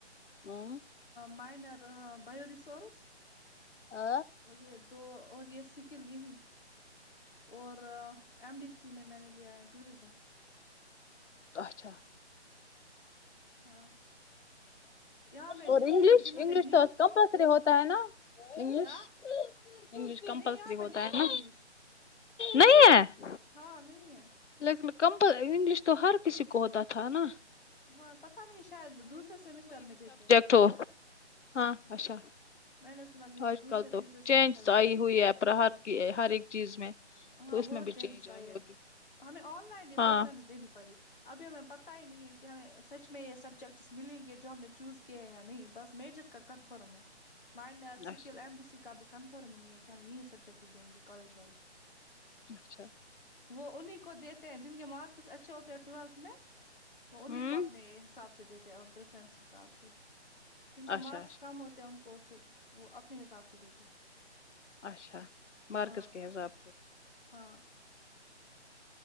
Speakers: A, on the left (about 85°); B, on the left (about 50°).
A: ہاں
B: مائنر بیو ریسورورس
A: آ
B: اور یہ دو اور یہ سیکل لیے ہی اور ایم ڈی سی میں میں نے لیا ہے ٹوریزم
A: اچھا
B: ہاں یہاں پہ
A: اور
B: جتنے
A: انگلش
B: بھی جنہوں نے
A: انگلش
B: نیٹ
A: تو کمپلسری ہوتا ہے نا انگلش
B: کیا
A: انگلش کمپلسری
B: نہیں یہاں پہ
A: ہوتا
B: نہیں
A: ہے نا
B: انگلش
A: نہیں ہے
B: ہاں نہیں ہے
A: لیکن کمپل انگلش تو ہر کسی کو ہوتا تھا نا
B: ہاں پتا نہیں شاید دوسرے سیمسٹر میں دیتے ہیں
A: تو ہاں اچھا
B: میں نے سنا کہ
A: حرکتوں
B: دوسرے تیسرے سیمسٹر
A: چینج
B: میں دیتے
A: آئی
B: ہیں.
A: ہوئی ہے ابرار کی ہر ایک چیز میں
B: ہاں
A: تو اس
B: بہت
A: میں بھی
B: چینجز
A: چینج
B: آئی ہے
A: ہوگی
B: ہمیں آن لائن یہ
A: ہاں
B: پریفرنس دینی پڑی ابھی ہمیں پتہ ہی نہیں ہے کہ ہمیں سچ میں یہ سبجیکٹس ملیں گے جو ہم نے چوز کیے ہیں یا نہیں بس میجر کا کنفرم ہے ماینر سکل
A: اچھا
B: ایم ڈی سی کاابھی کنفرم ہی نہیں ہے کہ ہم یہی سبجیکٹس دیں گے کالج والے
A: اچھا
B: وہ انہیں کو دیتے ہیں جن کے مارکس اچھے ہوتے ہیں ٹویلتھ میں وہ انہیں
A: ہوں
B: کو اپنے حساب سے دیتے پریفرنس حساب سے جن کے
A: اچھا
B: مارکس
A: اچھا
B: کم ہوتے ہیں ان کو پھر وہ اپنے حساب سے دیتے ہیں
A: اچھا مارکس
B: ہاں
A: کے حساب سے
B: ہاں